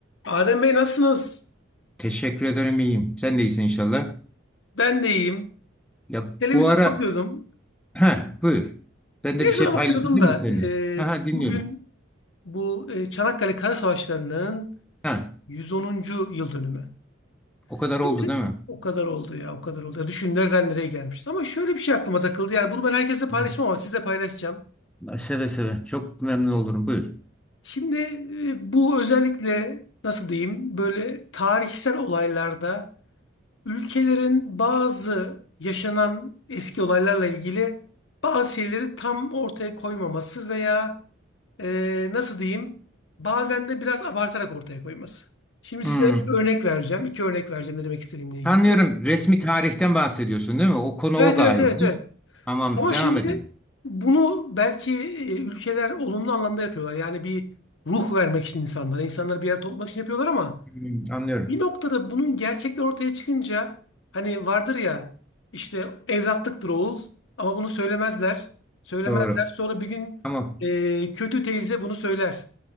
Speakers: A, on the left; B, in the centre.
A: Adem Bey nasılsınız?
B: Teşekkür ederim iyiyim. Sen de iyisin inşallah.
A: Ben de iyiyim.
B: Ya
A: Televizyona
B: bu ara
A: bakıyordum.
B: ha buyur. Ben
A: Televizyona
B: de bir şey paylaşabilir
A: bakıyordum
B: miyim
A: da
B: seninle?
A: e,
B: Aha dinliyorum.
A: bugün bu e, Çanakkale Kara Savaşları'nın
B: Ha
A: 110. yıl dönümü.
B: o kadar oldu
A: Şimdi
B: değil mi?
A: O kadar oldu ya, o kadar oldu. Ya, düşün nereden nereye gelmişti. Ama şöyle bir şey aklıma takıldı. Yani bunu ben herkesle paylaşmam
B: Hı.
A: ama sizle paylaşacağım.
B: Seve seve. Çok memnun olurum. Buyur.
A: Şimdi e, bu özellikle nasıl diyeyim böyle tarihsel olaylarda Ülkelerin bazı yaşanan eski olaylarla ilgili bazı şeyleri tam ortaya koymaması veya e, nasıl diyeyim bazen de biraz abartarak ortaya koyması. Şimdi
B: Hmm.
A: size örnek vereceğim. iki örnek vereceğim ne demek istediğimle ilgili.
B: Sanıyorum resmi tarihten bahsediyorsun değil mi? O konu
A: Evet
B: o galiba
A: evet evet
B: değil
A: evet.
B: mi? Tamamdır.
A: Ama
B: Devam
A: şimdi
B: edelim.
A: bunu belki e, ülkeler olumlu anlamda yapıyorlar. Yani bir ruh vermek için insanlara, insanları bir yere toplamak için yapıyorlar ama
B: Hmm, anlıyorum.
A: bir noktada bunun gerçekler ortaya çıkınca hani vardır ya işte evlatlıktır oğul ama bunu söylemezler. Söylemezler.
B: Doğru.
A: Sonra bir gün
B: Tamam.
A: e, kötü teyze bunu söyler.